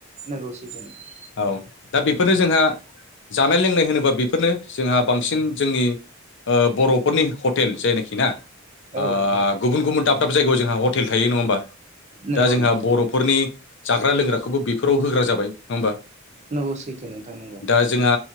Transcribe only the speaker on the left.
औ दा बेफोरनो जोंहा जानाय लोंनाय होनोबा बेफोरनो जोंहा बांसिन जोंनि ओ बर'फोरनि हटेल जायनाखि ना ओ
गुबुन गुबुन दाब दाब जायगायाव जोंहा हटेल थायो नङा होमबा
दा जोंहा
बर' फोरनि जाग्रा लोंग्राखौबो बेफोराव होग्रा जाबाय नङा होमबा।
ओ जोंहा